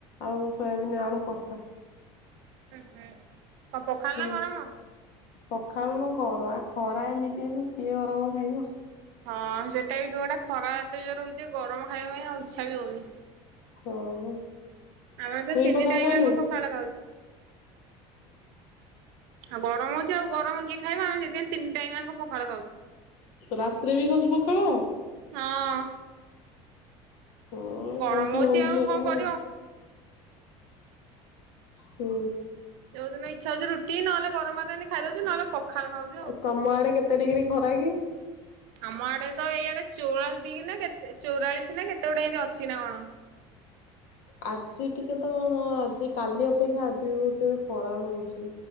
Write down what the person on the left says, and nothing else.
ଆଉ ସୋୟାବିନ୍ ଆଳୁ କଷା।
ହୁଁ।
ପଖାଳ ଗର ଆ ଖରା ଏମିତିକୁ କିଏ ଗରମ ଖାଇବ।
ହଁ
ତୁ ବି
ପଖାଳ
ଖାଇଲୁ
ରାତିରେ ବି ଖାଉଛି ପଖାଳ?
ହଁ
ସେମିତି ହଉଛି ଗରମ
ଆଉ। ହୁ।
ଆଉ ତମ ଆଡେ କେତେ ଡିଗ୍ରୀ ଖରା କି?
ଆଜି ଟିକେ ତ ହଁ ଆଜି କାଲି ଅପେକ୍ଷା ଆଜି ବି ବହୁ ଜୋରରେ ଖରା ହଉଛି।